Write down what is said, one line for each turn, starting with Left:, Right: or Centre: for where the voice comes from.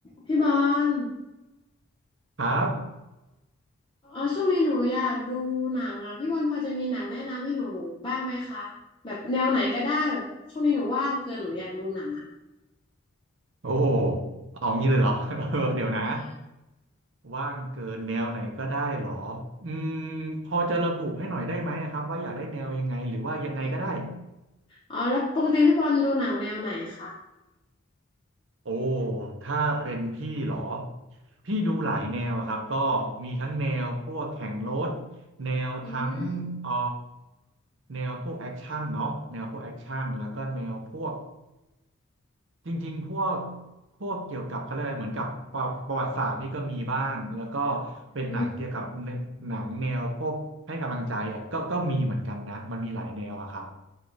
Left: พี่บอล
Right: ครับ
Left: อ๋อช่วงนี้หนูอยากดูหนังอ่ะพี่บอลพอจะมีหนังแนะนำให้หนูบ้างไหมคะแบบแนวไหนก็ได้แบบช่วงนี้หนูว่างเกินหนูอยากดูหนังอ่ะ
Right: โอ้โหเอางี้เลยเหรอ <laughs> เออ <laughs> เดี๋ยวนะ
Left: อ่า
Right: ว่างเกินแนวไหนก็ได้เหรออืมพอจะระบุให้หน่อยได้ไหมอะครับว่าอยากได้แนวยังไงหรือว่ายังไงก็ได้
Left: อ๋ออ๋อแล้วปกติพี่บอลดูหนังแนวไหนคะ
Right: โอ้ถ้าเป็นพี่เหรอพี่ดูหลายแนวอะครับก็มีทั้งแนวพวกแข่งรถแนวทั้งเอ่อ
Left: อืม
Right: แนวพวกแอคชั่นเนาะแนวพวกแอคชั่นแล้วก็แนวพวก จริงๆพวกพวกเกี่ยวกับเขาเรียกอะไรเหมือนกับประประวัติศาสตร์นี่ก็มีบ้างแล้วก็
Left: อืม
Right: เป็นหนังเกี่ยวกับเนหนังแนวพวกให้กำลังใจอ่ะก็ก็มีเหมือนกันนะมันมีหลายแนวอะครับ